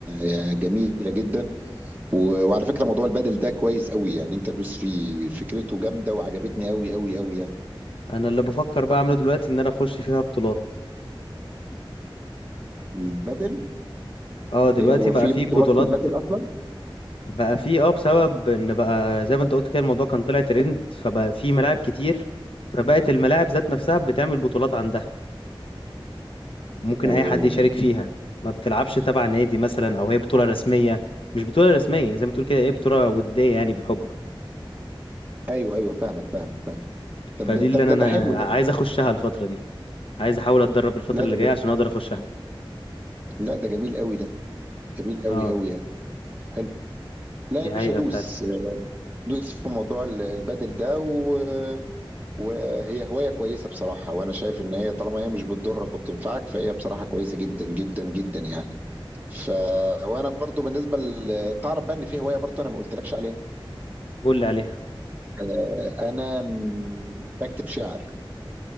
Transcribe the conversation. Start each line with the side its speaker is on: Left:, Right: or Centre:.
Right: يا جميله جدا وعلى فكرة موضوع البادل ده كويس قوي يعني انت دوس فيه فكرته جامدة وعجبتني قوي قوي قوي يعني
Left: انا اللي بفكر بقى اعمله دلوقتي ان انا اخش فيها بطولات
Right: البادل
Left: اه دلوقتي
Right: هي هو
Left: بقى
Right: في
Left: في
Right: بطولات
Left: بطولات
Right: في البادل اصلا
Left: بقى في اه بسبب ان بقى زي ما انت قلت كده الموضوع كان طلع ترند فبقى في ملاعب كتير فبقت الملاعب ذات نفسها بتعمل بطولات عندها ممكن
Right: اوه
Left: اي حد يشارك فيها ما بتلعبش تبع نادي مثلا او هي بطولة رسمية مش بطولة رسمية زي ما تقول كده ايه بطولة ودية يعني بالحب
Right: ايوه ايوه فاهمك فاهمك فاهمك
Left: فدي
Right: طب ده طب
Left: اللي انا
Right: ده
Left: انا
Right: ده حلو ده
Left: عايز اخشها الفترة دي عايز احاول اتدرب الفترة
Right: لا
Left: اللي
Right: ده
Left: جاية
Right: جا-
Left: عشان اقدر اخشها
Right: لا ده جميل قوي ده جميل قوي
Left: اه
Right: قوي يعني حلو لا
Left: دي
Right: يا باشا
Left: حقيقة
Right: دوس
Left: فعلا
Right: دوس في موضوع ال- البادل ده و... وهي هواية كويسة بصراحة وانا شايف ان هي طالما هي مش بتضرك وبتنفعك فهي بصراحة كويسة جدا جدا جدا يعني ف وانا برضو بالنسبة ل... تعرف بقى ان في هواية برضو انا ما قلتلكش عليها
Left: قول لي عليها
Right: آه، انا م- بكتب شعر